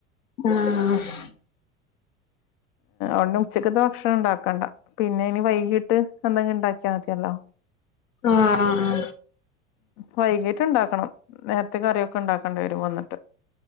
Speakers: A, on the left (about 75°); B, on the left (about 45°).
A: ആഹ്
B: ഒണ്ണും ഉച്ചക്കത്തെ ഭക്ഷണം ഉണ്ടാക്കണ്ട. പിന്നെ ഇനി വൈകീട്ട് എന്തെങ്കിലും ഉണ്ടാക്കിയാൽ മതിയല്ലോ
A: ആഹ് ആഹ് ആഹ്
B: വൈകിട്ട്ണ്ടാക്കണം. നേരത്തെ കറിയൊക്കെ ഒണ്ടാക്കേണ്ടി വരും വന്നിട്ട്.